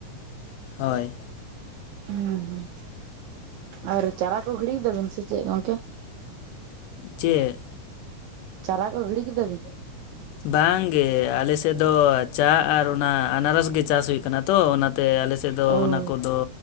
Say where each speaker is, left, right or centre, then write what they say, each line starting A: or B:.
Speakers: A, on the left; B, on the right.
A: <inaudible> ᱦᱳᱭ
B: ᱦᱩᱸ ᱦᱩᱸ ᱟᱨ ᱪᱟᱨᱟ ᱠᱚ ᱜᱤᱲᱤ ᱠᱮᱫᱟᱵᱤᱱ ᱥᱮ ᱪᱮᱫ ᱜᱚᱝᱠᱮ?
A: ᱪᱮᱫ
B: ᱪᱟᱨᱟ ᱠᱚ ᱜᱤᱲᱤ ᱠᱮᱫᱟ ᱵᱤᱱ?
A: ᱵᱟᱝ ᱜᱮ ᱟᱞᱮᱥᱮᱫ ᱫᱚ ᱪᱟ ᱟᱨ ᱚᱱᱟ ᱟᱱᱟᱨᱚᱥ ᱜᱮ ᱪᱟᱥ ᱦᱩᱭᱩᱜ ᱠᱟᱱᱟ ᱛᱚ ᱚᱱᱟ ᱛᱮ ᱟᱞᱮᱥᱮᱫ ᱫᱚ
B: ᱚ
A: ᱚᱱᱟ ᱠᱚᱫᱚ